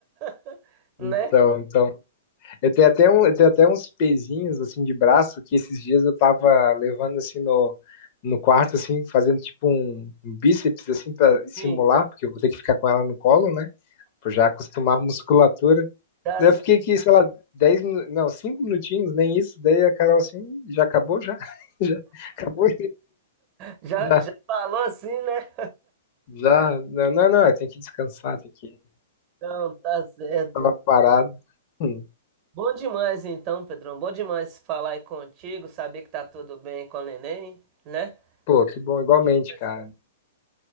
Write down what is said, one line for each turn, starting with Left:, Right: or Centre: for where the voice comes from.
Right: <laughs> né?
Left: Então, então, eu tenho até um, eu tenho até uns pezinhos assim de braço que esses dias eu tava levando assim no, no quarto assim, fazendo tipo um, um bíceps assim para simular,
Right: Sim.
Left: porque eu vou ter que ficar com ela no colo, né? Pra já acostumar a musculatura.
Right: Tá
Left: Daí
Right: c-
Left: eu fiquei aqui, sei lá, 10 minu- não, 5 minutinhos, nem isso. Daí a Carol assim, já acabou já. <laughs> Já acabou
Right: já,
Left: já,
Right: já falou assim, né?
Left: já. Não, não, não, tem que descansar, tem que
Right: Então, tá certo.
Left: tava parado. Hum,
Right: Bom demais, então, Pedrão. Bom demais falar aí contigo, saber que tá tudo bem com a neném, né?
Left: Pô, que bom, igualmente,
Right: Demais,
Left: cara.
Right: cara.